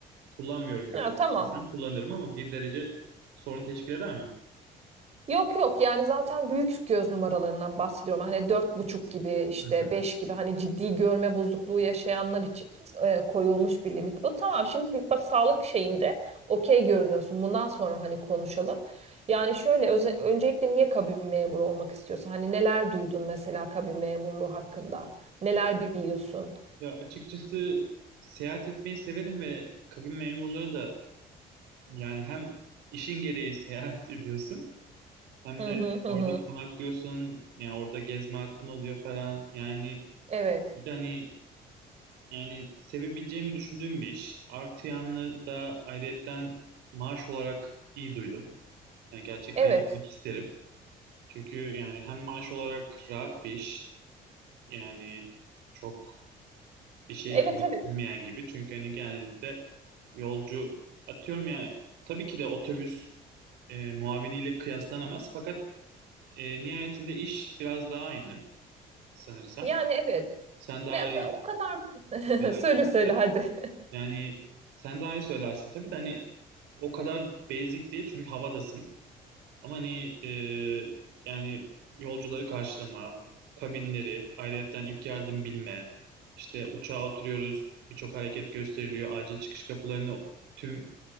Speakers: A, on the right (about 85°); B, on the right (about 40°).
A: kullanmıyorum gözü.
B: Ya tamam.
A: İstesem kullanırım ama bir derece sorun teşkil eder mi?
B: Yok yok yani zaten büyük göz numaralarından bahsediyorum. Hani dört buçuk gibi işte
A: Hı hı.
B: beş gibi hani ciddi görme bozukluğu yaşayanlar için e, koyulmuş bir limit. Bu tamam şimdi bak sağlık şeyinde okey görünüyorsun. Bundan sonra hani konuşalım. Yani şöyle öze- öncelikle niye kabin memuru olmak istiyorsun? Hani neler duydun mesela kabin memurluğu hakkında? Neler biliyorsun?
A: Ya açıkçası seyahat etmeyi severim ve kabin memurları da Yani hem işin gereği <laughs> seyahat ediyorsun hem
B: Hı
A: de
B: hı hı.
A: orada
B: hı.
A: konaklıyorsun yani orada gezme hakkın oluyor falan yani
B: Evet.
A: bir de hani yani sevebileceğimi düşündüğüm bir iş artı yanlı da ayrıyetten maaş olarak iyi duydum yani gerçekten
B: Evet.
A: yapmak isterim çünkü yani hem maaş olarak rahat bir iş yani çok bir şeye
B: Evet
A: gerektirmeyen
B: evet.
A: gibi çünkü hani genellikle yolcu atıyorum yani tabii ki de otobüs e, muaviniyle kıyaslanamaz fakat E, nihayetinde iş biraz daha aynı sanırsam.
B: Yani evet.
A: Sen daha
B: Ben-
A: iyi
B: ben O kadar.
A: söylersin
B: <laughs> Söyle söyle
A: tabii de.
B: hadi. <laughs>
A: Yani sen daha iyi söylersin tabii de hani o kadar basic değil çünkü havadasın. Ama hani e, yani yolcuları karşılama, kabinleri, ayrıyetten ilk yardım bilme, işte uçağa oturuyoruz, birçok hareket gösteriliyor, acil çıkış kapılarını tüm